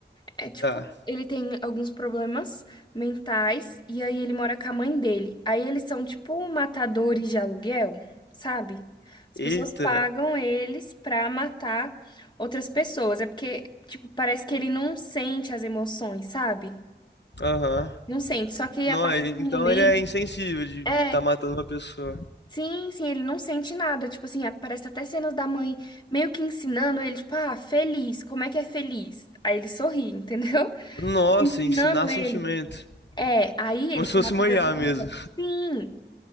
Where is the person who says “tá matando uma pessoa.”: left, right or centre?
Left